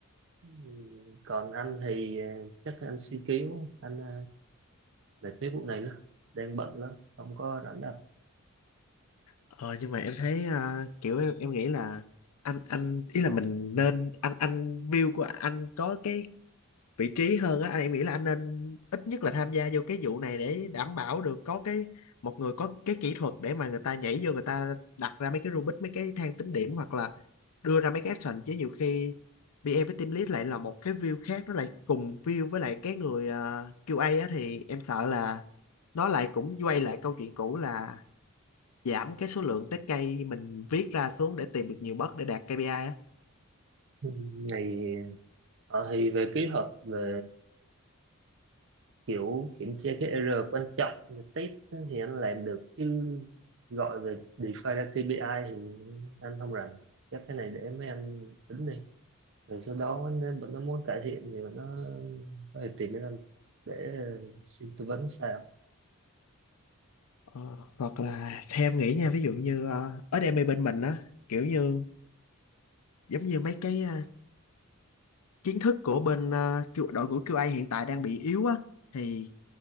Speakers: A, on the right; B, on the left.
A: Ừm, còn anh thì ờ, chắc là anh si cứu anh ờ, mệt mấy vụ này lắm đang bận lắm không có rảnh đâu
B: ờ nhưng mà em thấy ờ, kiểu em, em nghĩ là anh anh ý là mình nên anh anh view của anh có cái vị trí hơn á anh em nghĩ là anh nên ít nhất là tham gia vô cái vụ này để đảm bảo được có cái một người có cái kỹ thuật để mà người ta nhảy vô người ta đặt ra mấy cái Rubik mấy cái thang tính điểm hoặc là đưa ra mấy cái action chứ nhiều khi pê em với team lead lại là một cái view khác nó lại cùng view với lại cái người ờ, QA á thì em sợ là nó lại cũng quay lại câu chuyện cũ là giảm cái số lượng test case mình viết ra xuống để tìm được nhiều bug để đạt KPI á
A: Ừm, ngày ờ, thì về kế hoạch về kiểu kiểm tra cái error quan trọng thì test thì anh làm được chứ gọi về define ra KPI thì anh không rành chắc cái này để mấy anh tính đi rồi sau đó nếu bọn nó muốn cải thiện thì bọn nó có thể tìm đến anh để xin tư vấn sao
B: Ờ, hoặc là theo em nghĩ nha ví dụ như ờ, ở đây bên mình á kiểu như giống như mấy cái ờ, kiến thức của bên ờ, Q- đội của QA hiện tại đang bị yếu á thì